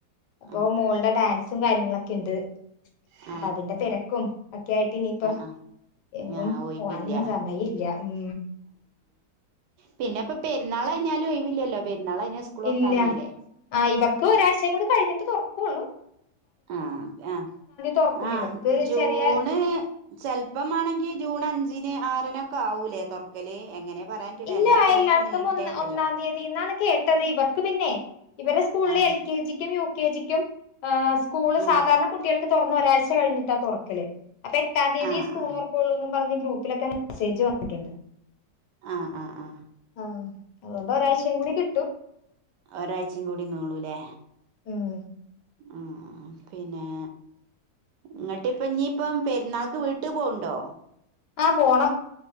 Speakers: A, on the left; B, on the right.
A: അപ്പോ
B: ആ
A: മോളുടെ ഡാൻസും കാര്യങ്ങ ഇണ്ട്
B: ആ
A: അപ്പൊ അതിന്റെ തിരക്കും ഒക്കെ ആയിട്ട് ഇനിയിപ്പം
B: ആ
A: എങ്ങും
B: ആ ഒഴിവില്ല
A: പോകാനൊന്നും സമയം ഇല്ല ഉം
B: പിന്നപ്പം പെരുന്നാൾ കഴിഞ്ഞാലും ഒഴിവില്ലല്ലോ പെരുന്നാൾ കഴിഞ്ഞാൽ സ്കൂൾ തുറക്കാനായില്ലേ
A: ഇല്ല ആ ഇവർക്ക് ഒരാഴ്ചയും കൂടി കഴി അത് തുറക്കുവുള്ളൂ
B: ആ അ
A: തുറക്കും
B: ആഹ്
A: ഇവർക്ക്
B: ജൂണ്
A: ചെറിയ
B: ചെല്പ്പമാണെങ്കി ജൂൺ അഞ്ചിന് ആ നിനക്ക് ആവൂലേ തുറക്കല് എങ്ങനെ പറയാൻ പറ്റൂല
A: ഇല്ല
B: എല്ലാ പ്രാവശ്യം
A: എല്ലാടുത്തും
B: നീട്ടേണ്ടല്ലോ
A: ഒന്ന് ഒന്നാം തീയതിന്നാണ് കേട്ടത് ഇവർക്ക് പിന്നെ ഇവരടെ സ്കൂളില്
B: ആഹ്
A: എൽ കെ ജിക്കും യു കെ ജി ക്കും ആ സ്കൂള്
B: ആഹ്
A: സാധാരണ കുട്ടികൾക്ക് തുറന്ന ഒരാഴ്ച കഴിഞ്ഞിട്ട് ആ തുറക്കല് അപ്പൊ എട്ടാം തീയതി
B: ആഹ്
A: സ്കൂൾ വർക്കുള്ളൂ എന്നും പറഞ്ഞ് ഗ്രൂപ്പിലൊക്കെ മെസ്സേജ് വന്നിട്ടുണ്ട്
B: അ അ അ
A: ഉം അതുകൊണ്ട് ഒരാഴ്ചയും കൂടി കിട്ടും
B: ഒരാഴ്ചയും കൂടി നീളൂലേ
A: ഉം
B: ആ പിന്നെ ഇങ്ങിട്ട ഇപ്പ ഇനിയിപ്പം പെരുന്നാൾക്ക് വീട്ടു പോണ്ടോ
A: ആഹ് പോണം